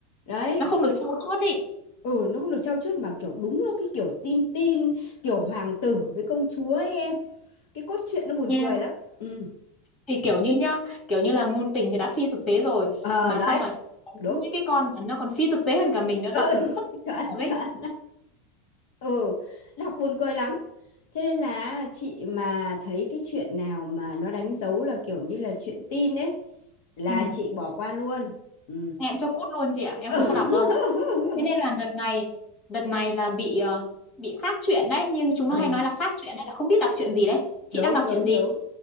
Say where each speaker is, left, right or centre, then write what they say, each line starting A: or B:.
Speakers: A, on the left (about 65°); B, on the left (about 30°).
A: Đấy,
B: nó không được trau chuốt ý
A: ừ, nó không được trau chuốt mà kiểu đúng nó cái kiểu tin tin, kiểu hoàng tử với công chúa ấy em. Cái cốt truyện nó buồn
B: nha
A: cười lắm. Ừ,
B: thì kiểu như nhá kiểu như là ngôn tình thì đã phi thực tế rồi
A: ờ,
B: mà
A: đấy,
B: xong là có
A: đúng.
B: những cái con mà nó còn phi thực tế hơn cả mình nó
A: Ừ,
B: đọc
A: <laughs>
B: thất
A: chuẩn,
B: rồi đấy
A: chuẩn. ừ đọc buồn cười lắm thế nên là chị mà thấy cái chuyện nào mà nó đánh dấu là kiểu như là chuyện tin ấy là
B: ừ.
A: chị bỏ qua luôn ừ.
B: em cho cút luôn chị ạ em
A: <laughs>
B: không có đọc đâu thế nên là đợt này đợt này là bị ờ, bị khác chuyện đấy nhưng chúng
A: Ờ,
B: nó hay nói là khác chuyện đấy là không biết đọc chuyện gì đấy chị
A: đúng,
B: đang đọc
A: đúng,
B: chuyện gì
A: đúng.